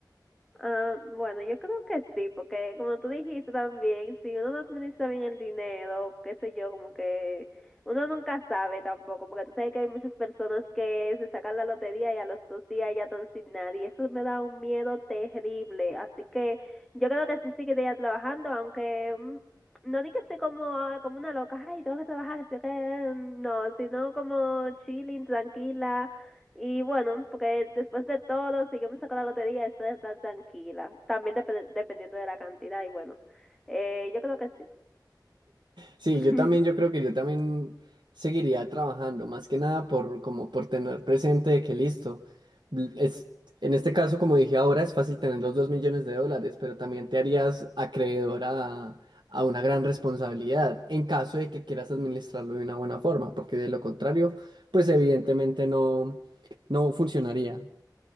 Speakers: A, in the centre; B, on the right.
A: Ah, bueno, yo creo que sí, porque como tú dijiste también, si uno no administra bien el dinero, qué sé yo, como que uno nunca sabe tampoco, porque tú sabes que hay muchas personas que se sacan la lotería y a los dos días ya están sin nadie, y eso me da un miedo terrible, así que yo creo que sí seguiría trabajando, aunque mm, no di que soy como, ah, como una loca, ay, tengo que trabajar, así que mm, no, sino como chilling, tranquila y bueno, porque después de todo, si yo me saco la lotería, después de estar tranquila. También dep- dependiendo de la cantidad. Y bueno, eh, yo creo que sí.
B: Sí,
A: <laughs>
B: yo también, yo creo que yo también seguiría trabajando, más que nada por como por tener presente de que listo, l- es, en este caso, como dije ahora, es fácil tener los dos millones de dólares, pero también te harías acreedor a, a una gran responsabilidad en caso de que quieras administrarlo de una buena forma, porque de lo contrario, pues evidentemente no, no funcionaría.